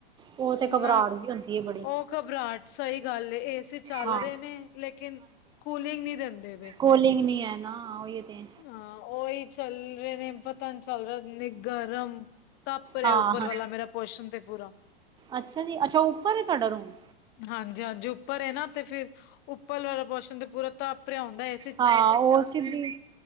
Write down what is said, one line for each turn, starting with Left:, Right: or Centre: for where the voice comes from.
Right: ਉਹ ਤੇ
Left: ਨਾ
Right: ਘਬਰਾਹਟ ਵੀ ਹੁੰਦੀ ਹੈ ਬੜੀ
Left: ਉਹ ਘਬਰਾਹਟ ਸਹੀ ਗੱਲ ਏ ਸੀ ਚੱਲ
Right: ਹਾਂ
Left: ਰਹੇ ਨੇ ਲੇਕਿਨ ਕੂਲਿੰਗ ਨਹੀ ਦਿੰਦੇ ਪਏ
Right: ਕਾਲਿੰਗ ਨੀ ਹੈ ਨਾ ਉਹੀ ਤਾਂ
Left: ਹਾਂ ਓਹੀ ਚੱਲ ਰਹੇ ਨੇ ਪਤਾ ਨਹੀਂ ਚੱਲ ਰਿਹਾ ਇੰਨੇ ਗਰਮ ਤਪ ਰਿਹਾ
Right: ਹਾਂ
Left: ਉੱਪਰ
Right: ਹਾਂ
Left: ਵਾਲਾ ਮੇਰਾ ਪੋਸ਼ਣ ਤੇ ਪੂਰਾ
Right: ਅੱਛਾ ਜੀ ਅੱਛਾ ਉੱਪਰ ਹੈ ਤੁਹਾਡਾ ਰੂਮ
Left: ਹਾਂਜੀ ਹਾਂਜੀ ਉੱਪਰ ਨਾ ਤੇ ਫਿਰ ਉੱਪਰ ਵਾਲਾ ਪੋਸ਼ਨ ਤੇ ਪੂਰਾ ਤਪਰਿਆ ਹੁੰਦਾ ਹੈ
Right: ਹਾਂ, ਉਹ ਸਿੱਧੀ